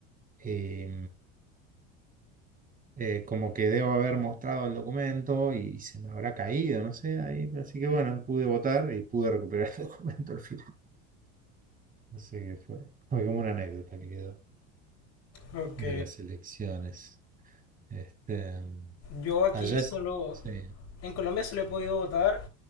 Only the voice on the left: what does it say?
ok.
Yo aquí
solo,
en Colombia solo he podido votar